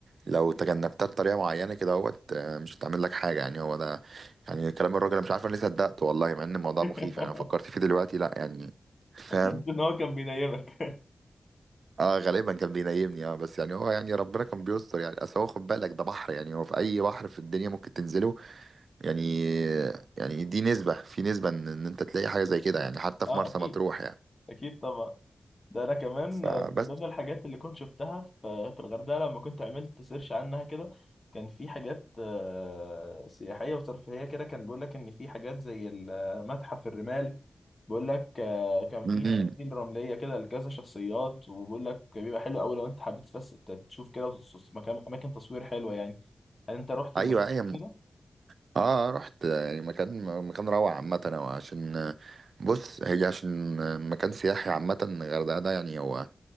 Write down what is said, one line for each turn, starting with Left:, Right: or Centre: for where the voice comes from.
Right: لو تجنبتها بطريقه معينه كده اهوت آه، مش هتعمل لك حاجه يعني هو ده يعني كلام الراجل انا مش عارف انا ليه صدقته والله مع ان الموضوع
Left: <laughs>
Right: مخيف يعني انا فكرت فيه دلوقتي لا يعني <laughs> فاهم
Left: بس ان هو كان بينيمك
Right: اه غالبا كان بينيمني اه بس يعني هو يعني ربنا كان بيستر يعني اصل هو خد بالك ده بحر يعني هو في اي بحر في الدنيا ممكن تنزله يعني يعني دي نسبة في نسبة ان إن انت تلاقي حاجة زي كده يعني
Left: <laughs>
Right: حتى في
Left: اه
Right: مرسى
Left: اكيد
Right: مطروح يعني
Left: اكيد طبعا ده انا كمان
Right: فبس
Left: من ضمن الحاجات اللي كنت شفتها في في الغردقه لما كنت عملت سيرش عنها كده كان في حاجات آه، سياحيه وترفيهيه كده كان بيقول لك ان في حاجات زي المتحف الرمال بيقول لك آه، كان في
Right: امم
Left: تماثيل رمليه كده لكذا شخصيات وبيقول لك بيبقى حلو قوي لو انت حبيت تفس... تشوف كده وتص- مكان اماكن تصوير حلوه يعني هل انت رحت
Right: ايوه
Left: المكان
Right: ايوه
Left: ده؟
Right: اه آه، رحت يعني مكان مكان روعة عامة هو عشان بص هي عشان مكان سياحي عامة الغردقة ده يعني هو